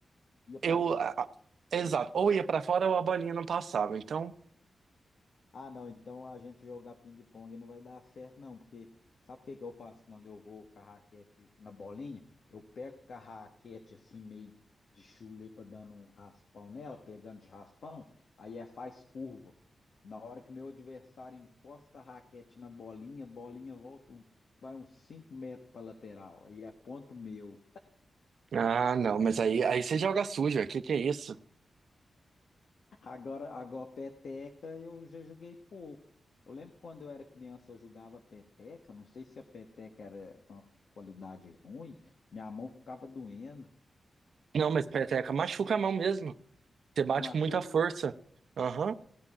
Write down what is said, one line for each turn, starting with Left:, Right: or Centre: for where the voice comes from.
Left: Ia pra
Right: eu.
Left: fora.
Right: a- a- Exato. Ou ia pra fora ou a bolinha não passava. Então.
Left: Ah, não, então a gente jogar ping-pong não vai dar certo, não, porque sabe o que que eu faço quando eu vou com a raquete na bolinha? Eu pego com a raquete assim, meio de chula aí pra dando um raspão nela, pegando de raspão, aí é faz curva. Na hora que meu adversário encosta a raquete na bolinha, a bolinha volta, um- vai uns 5 metros pra lateral. Aí é ponto meu.
Right: Ah, não, mas aí, aí você joga suja, que que é isso?
Left: Agora, agora peteca eu já joguei pouco. Eu lembro que quando eu era criança eu jogava peteca, não sei se a peteca era de uma qualidade ruim, minha mão ficava doendo,
Right: Não, mas peteca machuca a mão mesmo. Você bate
Left: machuca.
Right: com muita força. Aham.